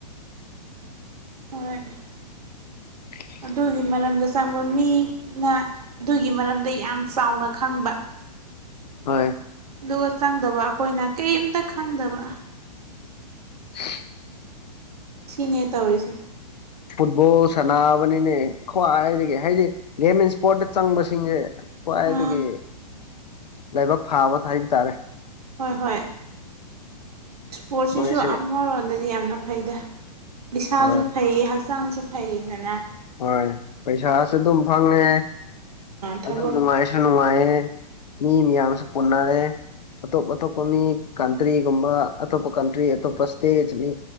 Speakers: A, on the right; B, on the left.
A: ꯎꯝ
B: <inaudible>
A: ꯑꯗꯨꯒꯤ ꯃꯔꯝꯗ ꯆꯪꯕ ꯃꯤꯅ ꯑꯗꯨꯒꯤ ꯃꯔꯝꯗ ꯌꯥꯝ ꯆꯥꯎꯅ ꯈꯪꯕ
B: ꯍꯣꯏ
A: ꯑꯗꯨꯒ ꯆꯪꯗꯕ ꯑꯩꯈꯣꯏꯅ ꯀꯩꯝꯇ ꯈꯪꯗꯕ
B: <inaudible>
A: ꯁꯤꯅꯦ ꯇꯧꯔꯤꯁꯦ
B: ꯐꯨꯠꯕꯣꯜ ꯁꯥꯟꯅꯕꯅꯤꯅꯦ ꯈ꯭ꯋꯥꯏꯗꯒꯤ ꯍꯥꯏꯗꯤ ꯒꯦꯝ ꯑꯦꯟ ꯏꯁꯄꯣꯔꯠꯇ ꯆꯪꯕꯁꯤꯡꯁꯦ ꯈ꯭ꯋꯥꯏꯗꯒꯤ
A: ꯑꯥ
B: ꯂꯥꯏꯕꯛ ꯐꯥꯕ ꯍꯥꯏꯕ ꯇꯥꯔꯦ
A: ꯍꯣꯏ ꯍꯣꯏ ꯏꯁꯄꯣꯔꯠꯁꯤꯁꯨ
B: ꯃꯣꯏꯁꯦ
A: ꯑꯃꯔꯣꯝꯗꯗꯤ ꯌꯥꯝꯅ ꯐꯩꯗ ꯏꯁꯥꯁꯨ
B: ꯍꯣꯏ
A: ꯐꯩ ꯍꯥꯛꯆꯥꯡꯁꯨꯨ ꯐꯩꯗꯅꯥ
B: ꯍꯣꯏ ꯄꯩꯁꯥꯁꯨ ꯑꯗꯨꯝ ꯐꯪꯉꯦ
A: ꯊꯕꯛ
B: ꯑꯗꯨꯝ ꯅꯨꯡꯉꯥꯏꯁꯨ ꯅꯨꯡꯉꯥꯏꯌꯦ ꯃꯤ ꯃꯌꯥꯝꯁꯨ ꯄꯨꯟꯅꯔꯦ ꯑꯇꯣꯞ ꯑꯇꯣꯞꯄ ꯃꯤ ꯀꯟꯇ꯭ꯔꯤꯒꯨꯝꯕ ꯑꯇꯣꯞꯄ ꯀꯟꯇ꯭ꯔꯤ ꯑꯇꯣꯞꯄ ꯏꯁꯇꯦꯠ ꯃꯤ